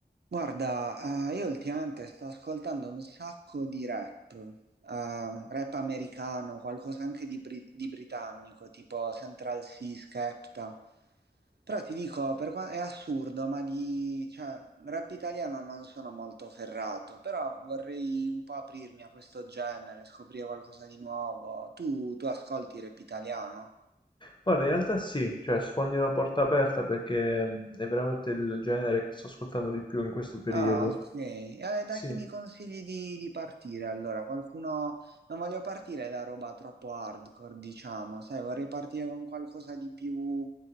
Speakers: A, on the right; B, on the left.
A: Guarda, eh, io ultimamente sto ascoltando un sacco di rap, eh, rap americano, qualcosa anche di, bri- di britannico, tipo Central C, Skepta. Però ti dico, per qua- è assurdo, ma di, cioè, rap italiano non sono molto ferrato, però vorrei un po' aprirmi a questo genere, scoprire qualcosa di nuovo. Tu, tu ascolti rap italiano?
B: Guarda, in realtà sì, cioè sfondi una porta aperta perché mh, è veramente il genere che sto ascoltando di più in questo periodo.
A: Ah, ok. Eh, da
B: Sì,
A: chi mi consigli di, di partire? Allora, qualcuno... Non voglio partire da roba troppo hardcore, diciamo, sai, vorrei partire con qualcosa di più